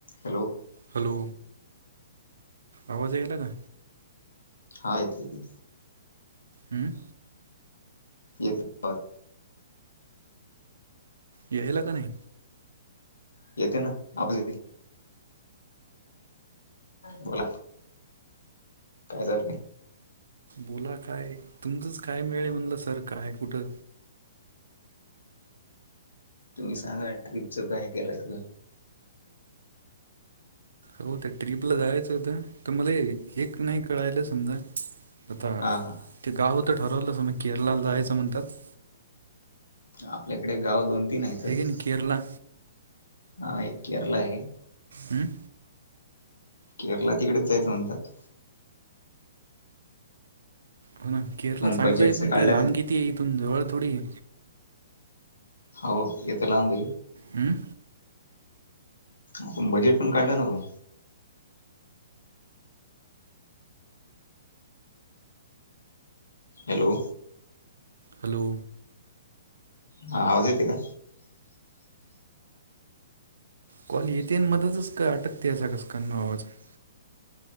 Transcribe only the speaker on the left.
हॅलो
हा येतोय
येतोय आवाज.
येते ना आवाज येते बोला काय चाललंय
तुम्ही सांगा ट्रिपच काय केलंय तर
हा हा
आपल्याकडे गाव दोन तीन आहेत
हा एक केरळ आहे
केरला तिकडेच जायचं म्हणतात
बजेटच
काढलं
का नाही
हो तेतर लांब आहे
आपण बजेट पण काढलं ना पण हॅलो
हा आवाज येती ना